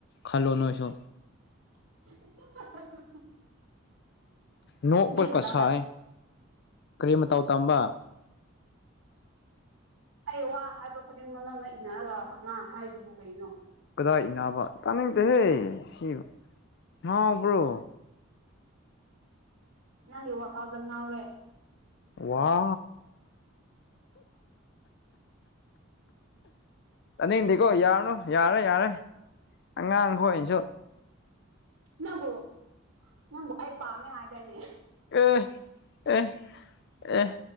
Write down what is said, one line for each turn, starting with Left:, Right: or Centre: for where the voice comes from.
Left: ꯈꯜꯂꯣ ꯅꯣꯏꯁꯨ
Right: ꯍꯍꯥ
Left: ꯅꯣꯛꯄ
Right: ꯃꯤ
Left: ꯀ
Right: ꯃꯇꯝꯗ
Left: ꯁꯥꯏ ꯀꯔꯤ ꯃꯇꯥꯎ ꯇꯥꯝꯕ
Right: ꯑꯩ ꯋꯥ ꯍꯥꯏꯕ ꯈꯨꯗꯤꯡꯃꯛꯅꯅ ꯏꯟꯅꯔꯒ ꯍ ꯉꯥ ꯍꯥꯏꯗꯨꯕꯨ ꯀꯩꯅꯣ
Left: ꯀꯗꯥꯏ ꯏꯅꯥꯕ ꯇꯥꯅꯤꯡꯗꯦꯍꯦ ꯁꯤ ꯉꯥꯎꯕ꯭ꯔꯣ
Right: ꯅꯪꯒꯤ ꯋꯥꯈꯜꯗ ꯉꯥꯎꯔꯦ
Left: ꯋꯥ ꯑꯥꯅꯤꯡꯗꯤꯀꯣ ꯌꯥꯔꯅꯨ ꯌꯥꯔꯦ ꯌꯥꯔꯦ ꯑꯉꯥꯡꯈꯣꯏꯅꯁꯨ
Right: ꯅꯪꯕꯨ ꯅꯪꯕꯨ ꯑꯩ ꯄꯥꯝꯃꯦ ꯍꯥꯏꯒꯅꯦ
Left: ꯑꯦ ꯑꯦ ꯑꯦ